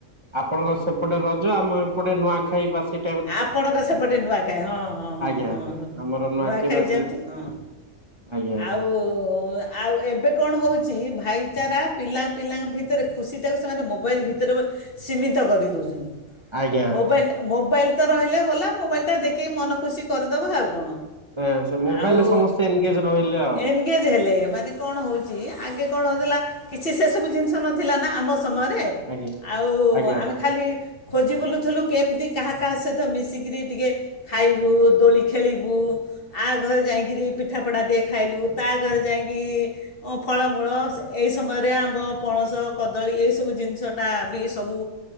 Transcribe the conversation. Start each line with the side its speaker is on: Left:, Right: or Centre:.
Right: ଆପଣଙ୍କ ସେପଟେ ରଜ। ଆମ ଏପଟେ ନୂଆ ଖାଇ ବସି
Left: ଆପଣଙ୍କ ସେପଟେ ନୂଆଖାଇ। ହଁ ହଁ ହଁ
Right: ଆଜ୍ଞା
Left: ହଁ ନୂଆ
Right: ଆମର
Left: ନୂଆଖାଇ
Right: ବାସିରେ
Left: ଯେମିତି ହଁ।
Right: ଆଜ୍ଞା
Left: ଆଉ ଆ ଆଉ ଏବେ କଣ ହୋଉଛି ଭାଇଚାରା ପିଲାଙ୍କ ପିଲାଙ୍କ ଭିତେରେ ଖୁସିଟାକୁ ସେମାନେ ମୋବାଇଲ୍ ଭିତରେ ବୋଧେ ସୀମିତ କରି ଦୋଉଚନ୍ତି।
Right: ଆଜ୍ଞା
Left: ମୋବାଇଲ୍ ଟା ମୋବାଇଲ୍ ତ ରହିଲେ ଗଲା। ମୋବାଇଲ୍ ଟା ଦେଖିକି ମନ ଖୁସି କରି ଦବା ଆଉ କଣ?
Right: ହଁ, ସେ ମୋବାଇଲରେ
Left: ଆଉ
Right: ସମସ୍ତେ ଏନଗେଜ ରହିଲେ ଆଉ
Left: ଏନଗେଜ୍ ହେଲେ ମାନେ କଣ ହୋଉଚି ଆଗେ କଣ ହୋଉଥିଲା କିଛି ସେ ସବୁ ଜିନିଷ ନଥିଲା ନା? ଆମ ସମୟରେ ଆଉ
Right: ଆଜ୍ଞା ଆଜ୍ଞା
Left: ଆମେ ଖାଲି ଖୋଜି ବୁଲୁଥୁଲୁ କେମତି କାହା ସହିତ ମିଶିକିରି ଟିକେ ଖାଇବୁ ଦୋଳି ଖେଳିବୁ। ଆ ଘରେ ଯାଇଁକିରି ପିଠା ପଣା ଟିକେ ଖାଇଲୁ। ତା ଘରେ ଯାଇକି ହଁ ଫଳମୂଳ ସେ ଏଇ ସମୟରେ ଆମ୍ବ ପଣସ କଦଳୀ ଏଇ ସବୁ ଜିନିଷଟା ବି ସବୁ